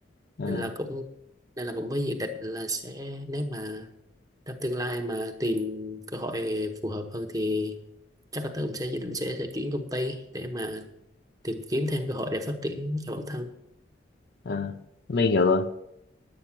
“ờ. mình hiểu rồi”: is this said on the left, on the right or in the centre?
Left